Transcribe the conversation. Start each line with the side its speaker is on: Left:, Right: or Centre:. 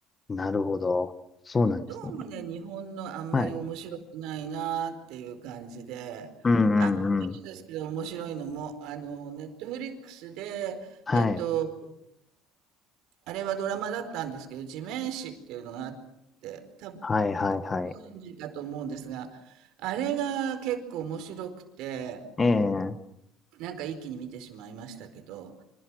Left: なるほど。そうなんですね。
Right: どうもね、日本のあんまり面白くないなーっていう感じで、
Left: はい。うんうんうん。
Right: あ、そうですけど面白いのも、あの、ネットフリックスで、
Left: はい。
Right: えっと、あれはドラマだったんですけど、地面師っていうのがあって、多分
Left: はいはいはい。
Right: ご存知かと思うんですが、あれが結構面白くて、
Left: ええ、
Right: なんか一気に見てしまいましたけど、